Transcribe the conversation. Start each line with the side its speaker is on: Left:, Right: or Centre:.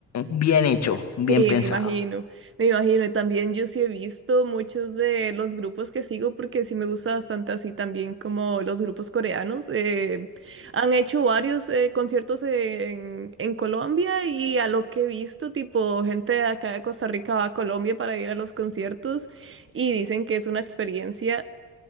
Left: bien hecho, bien
Right: Sí,
Left: pensado.
Right: me imagino, me imagino. Y también yo sí he visto muchos de los grupos que sigo porque sí me gusta bastante así también como los grupos coreanos. eh, han hecho varios eh, conciertos en, en Colombia y a lo que he visto, tipo gente de acá de Costa Rica va a Colombia para ir a los conciertos y dicen que es una experiencia